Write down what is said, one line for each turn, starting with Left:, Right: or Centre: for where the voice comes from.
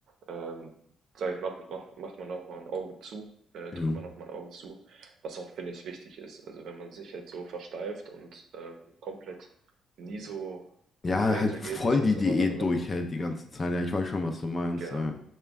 Right: ähm, sage ich, macht, macht, macht man auch mal ein Auge zu, äh,
Left: Ja.
Right: drückt man auch mal ein Auge zu, was auch, finde ich, wichtig ist. Also wenn man sich jetzt so versteift und ähm, komplett nie so
Left: Ja,
Right: dahinter
Left: halt voll
Right: geht, ist das
Left: die
Right: immer
Left: Diät
Right: so eine Sache.
Left: durchhält die ganze Zeit. Ja, ich weiß schon, was du meinst.
Right: Genau,
Left: Ja.